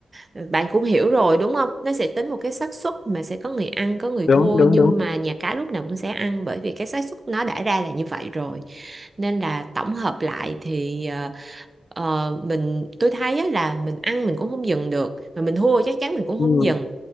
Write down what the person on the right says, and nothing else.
à, bạn cũng hiểu rồi đúng không? Nó sẽ tính một cái xác suất mà sẽ có người ăn có người
thua
nhưng
mà nhà cái lúc nào cũng sẽ ăn bởi vì cái xác suất nó đã ra là như vậy rồi nên là tổng hợp lại thì ờ, Ờ, mình tôi thấy á, là mình ăn mình cũng không dừng được mà mình thua chắc chắn mình cũng
không dừng